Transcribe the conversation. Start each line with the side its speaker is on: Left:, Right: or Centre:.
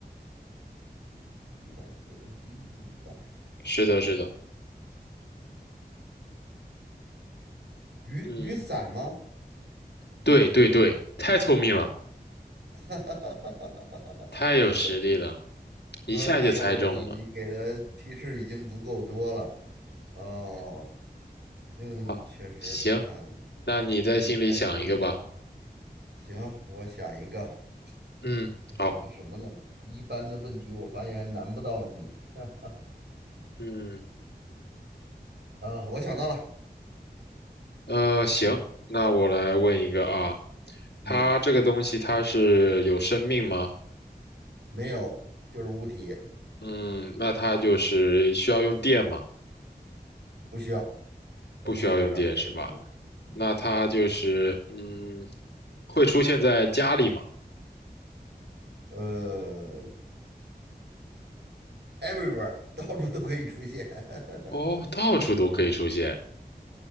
Right: 一百左右，低于一百。
Left: 是的，是的，
Right: 雨雨伞吗？
Left: 嗯，对对对，太聪明了，
Right: <laughs>
Left: 太有实力了，一下就猜中了。
Right: 嗯，没有没有，你给的提示已经足够多了。哦，
Left: 嗯，
Right: 嗯，
Left: 好，
Right: 确实，
Left: 行，
Right: 嗯，
Left: 那你在心里想一个吧。
Right: 什么材质都有。行，我想一个，
Left: 嗯，
Right: 我想一个什么呢？
Left: 好，
Right: 一般的问题我发现难不到你。<laughs>
Left: 嗯，
Right: 啊，我想到了，
Left: 呃，行，那我来问一个啊，
Right: 嗯，
Left: 它这个东西它是有生命吗？
Right: 没有，就是物体，
Left: 嗯，那它就是需要用电吗？
Right: 不需要，和电一点儿关系没有。
Left: 不需要用电是吧？
Right: 嗯，
Left: 那它就是嗯，会出现在家里吗？
Right: 呃，everywhere，<laughs> 到处都可以出现。<laughs>
Left: 哦，到处都可以出现。